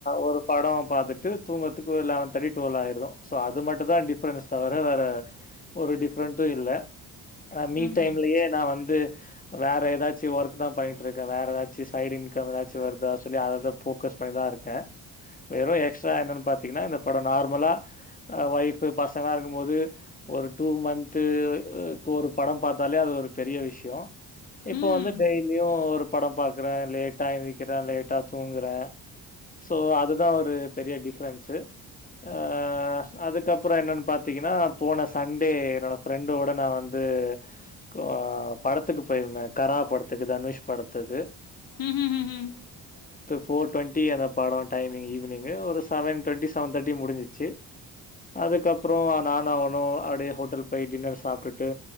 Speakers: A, on the left; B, on the left.
A: ஒரு படம் பார்த்துட்டு தூங்கறத்துக்கு ஒரு காட் திரி டுவல் ஆயிரும் சோ அது மட்டும் தான் டிபரன்ஸ் தவிர வேற ஒரு டிஃப்ரெண்ட்டும் இல்ல ஆ மீ
B: ம்.
A: டைம்லயே நான் வந்து வேற ஏதாச்சும் ஒர்க் தான் பண்ணிட்டு இருக்கேன் வேற ஏதாச்சும் சைடு் இன்கம் ஏதாச்சும் வருதா சொல்லி அததான் போக்கஸ் பண்ணிதான் இருக்கேன் வெறும் எக்ஸ்ட்ரா என்னன்னு பாத் <inaudible> படம் நார்மலா ஆ ஒய்ப் பசங்க இருக் ஒரு ஒரு டூ மந்த்து ஒரு படம் பார்த்தாலே அது ஒரு பெரிய விஷயம் இப்ப
B: ம்.
A: வந்து டெய்லியும் ஒரு படம் பா்கக்குறேன் லேட்டா எந்திரிக்கிறேன் லேட்டா தூங்கறேன் சோ அதுதான் ஒரு பெரிய டிப்ரன்ஸு அஹ் அதுக்கப்புறம் என்னன்னு பாார்த்தீங்கன்னா போன சண்டே என்னோட ப்ரெண்டோட நான் வந்து ஆ படத்துக்கு போயிருந்தேன் கரா படத்துக்கு தனுஷ் படத்துக்கு
B: ஹும் ஹும்
A: போர் டுவெண்டி அந்த படம் டைமி்ங் ஈவினிங் ஒரு செவன் டுவெண்டிஸ் செவன் தேட்டி முடிஞ்சிச்சு அதுக்கப்புறம் நான அவனும் அப்படியே ஹோட்டல் போய் டின்னர் சாப்பிட்டுட்டு